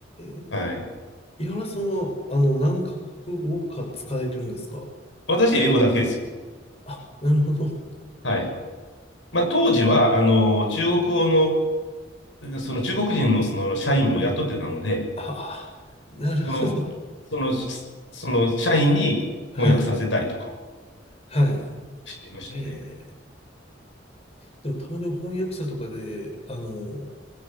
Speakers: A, on the left (about 35°); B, on the left (about 80°).
A: え、
B: はい。
A: 井原さんは、あの、何カ国語か使えるんですか
B: 私、英語だけですよ。
A: あ、なるほど。
B: はい。まあ、当時は、あの、中国語の、その中国人のその社員も雇ってたので、
A: ああ、なるほど。
B: その、その、その社員に翻訳させたりとか
A: はい、はい。
B: してましたね。
A: ええ、でもたまに翻訳者とかで、あの、